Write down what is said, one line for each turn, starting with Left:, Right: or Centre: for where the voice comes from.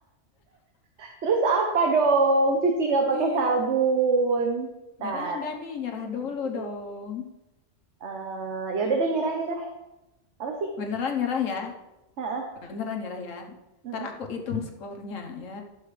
Right: <laughs> Terus apa dong? Cuci nggak pakai
Left: Iya,
Right: sabun. Bentar,
Left: nyerah enggak nih? Nyerah dulu
Right: cuci.
Left: dong.
Right: eh ya udah deh nyerah nyerah. Apa sih?
Left: Beneran nyerah ya?
Right: Heeh,
Left: Beneran nyerah ya?
Right: mm-mm.
Left: Ntar aku hitung skornya ya.